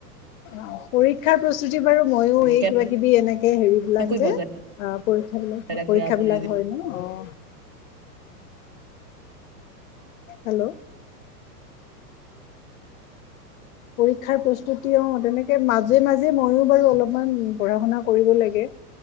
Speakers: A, on the left; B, on the right.
A: অ' পৰীক্ষাৰ প্ৰস্তুতি বাৰু ময়ো
B: উম,
A: এই কিবা কিবি এনেকে হেৰিবলাক
B: কেনেকৈ
A: যে
B: বজাই
A: আহ পৰীক্ষা বিলাক
B: ৰাখে
A: পৰীক্ষা
B: আপুনি
A: বিলাক
B: যদি
A: হয় ন। অ'। হেল্লো'। পৰীক্ষাৰ প্ৰস্তুতি অ' তেনেকে মাজে মাজে ময়ো বাৰু অলপমান পঢ়া- শুনা কৰিব লাগে।